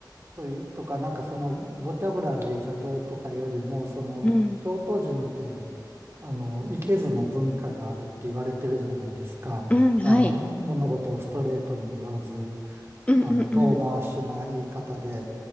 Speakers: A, on the right; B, on the left.
A: というとか、なんかその、ボキャブラリーがどうとかよりも、その、
B: うん。
A: 京都人って、あの、いけずの文化があるって言われてるじゃないですか。
B: うん、はい。
A: あの、物事をストレートに言わず、
B: うんうんうん。
A: あの、遠回しな言い方で、